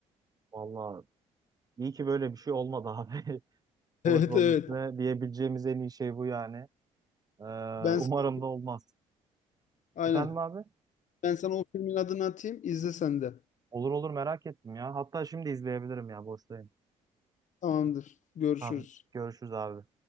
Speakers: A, on the right; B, on the left.
A: Vallahi iyi ki böyle bir şey olmadı abi. <laughs>
B: Evet
A: Konuşmanın
B: evet.
A: üstüne diyebileceğimiz en iyi şey bu yani. Ee,
B: Ben
A: umarım
B: sana
A: da olmaz.
B: aynen.
A: Efendim abi?
B: Ben sana o filmin adını atayım. İzle sen de.
A: Olur olur merak ettim ya. Hatta şimdi izleyebilirim ya boşta.
B: Tamamdır. Görüşürüz.
A: Tamam görüşürüz abi.